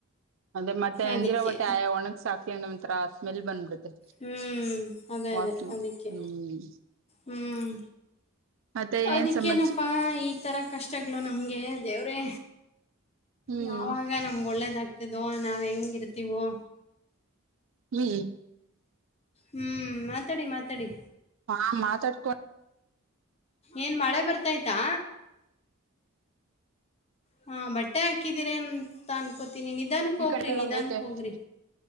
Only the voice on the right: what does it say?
ಅಂದ್ರೆ ಮತ್ತೆ ನೆಂದಿರೋ
ಒಟ್ಟೆ ಆ ಒಣಗಕ್ ಸಾಕಲಿ ಅ ಒಂರ ಸ್ಮೆಲ್ ಬಂದ್ಬಿಡುತ್ತೆ
ವಾಸನೆ
ಹ್ಮ್
ಮತ್ತೆ ಏನೇನ್
ಸಮಾಚ
ಹ್ಮ್
ಹ್ಮ್
ಹಾ ಮಾತಾಡ್ಕೊ
ಈ
ಕಟ್ಟೆ
ಒಂದೈತೆ